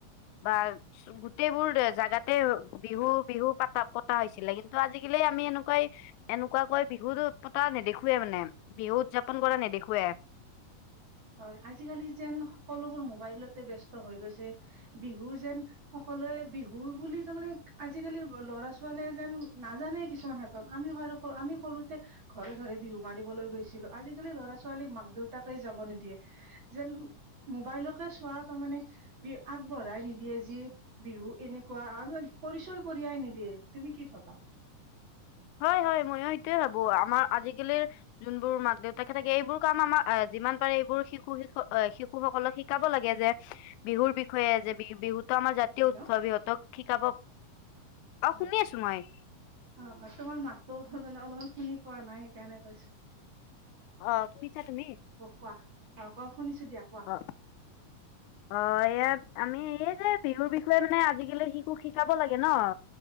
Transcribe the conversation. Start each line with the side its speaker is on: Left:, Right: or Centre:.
Left: বা গোটেইবোৰ জেগাতে বিহু বিহু পতা পতা হৈছিলে কিন্তু ত আজিকালি আমি এনেকুৱাই এনেকুৱাকৈ বিহু পতা নেদেখৱে মানে। বিহু উদযাপন কৰা নাই নেদেখোৱে।
Right: হয় আজিকালি যেন সকলোবোৰ মোবাইলতে ব্যস্ত হৈ গৈছে বিহু যেন বিহু বুলি তাৰ মানে আজিকালি ল'ৰা ছোৱালীয়ে যেন নাজানে কিছুমান হাতত আমি আমি সৰুতে ঘৰে ঘৰে বিহু মাৰিবলৈ গৈছিলো আজিকালি ল'ৰা ছোৱালীক মাক দেউতাকে যাব নিদ দিয় যেন মোবাইলকে চোৱা তাৰ মানে বি আগবঢ়াই নিদিয়ে যে যি বিহু এনেকুৱা আৰু পৰিচয় কৰিয়াই নিদিয়ে তুমি কি ভাবা?
Left: হয়, হয় ময়ো সেটোয় ভাবোঁ আমাৰ আজিকালিৰ যোনবোৰ মাক দেউতাকে থাকে এইবোৰ কাৰণ আমাক যিমান পাৰে এইবোৰ শিশু শি শিশু সকলক শিকাব লাগে যে বিহুৰ বিষয়ে যে বিহু বিহুত তোৰ আমাৰ জাতীয়
Right: হেল্ল'
Left: উৎসৱ ইহঁতক শিকাব আৰু,
Right: হয়
Left: শুনি আছোঁ মই।
Right: অ হয় তোমাৰ মাতো অলপমান শুনি পোৱা নাই সেইকাৰণে কৈছোঁ।
Left: অ'শুনিছা তুমি?
Right: কোৱা অ' কোৱা শুনিছোঁ দিয়া কোৱা।
Left: অ অ', এয়া আমি এই যে বিহুৰ বিষয়ে মানে আজিকালি শিশুক শিকাব লাগে ন।